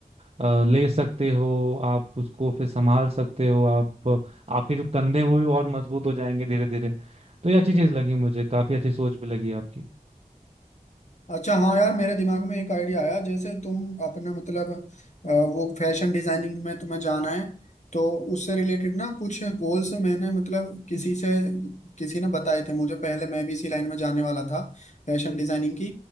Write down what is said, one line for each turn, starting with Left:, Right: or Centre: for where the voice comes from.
Right: अ, अ, ले सकते हो आप उसको फिर संभाल सकते हो आप आपके जो कंधे हैं, वो भी और मजबूत हो जाएंगे धीरे धीरे तो ये अच्छी चीज़ लगी मुझे काफ़ी अच्छी सोच भी लगी आपकी
Left: अच्छा हाँ यार मेरे दिमाग में एक आइडिया आया जैसे तुम अपना मतलब अ, वो फैशन डिजाइनिंग में तुम्हें जाना है तो उससे रिलेटेड ना कुछ गोल्स मैंने मतलब किसी से किसी ने बताए थे मुझे पहले मैं भी इसी लाइन में जाने वाला था फैशन डिजाइनिंग की